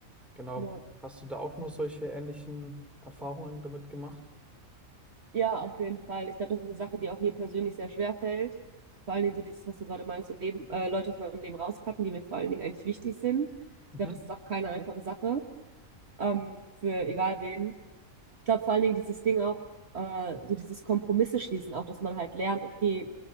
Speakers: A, in the centre; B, on the right.
A: Genau.
B: ja.
A: Hast du da auch nur solche ähnlichen Erfahrungen damit gemacht?
B: Ja, auf jeden Fall. Ich glaube, das ist eine Sache, die auch mir persönlich sehr schwer fällt. Vor allen Dingen so dieses, was du gerade meinst, so Leben, äh, Leute aus meinem Leben rauscutten, die mir vor allen Dingen eigentlich wichtig sind. Ich
A: Mhm.
B: glaube, das ist auch keine einfache Sache, ähm, für egal wen. Ich glaube vor allen Dingen dieses Ding auch, äh, so dieses Kompromisse schließen, auch dass man halt lernt, okay,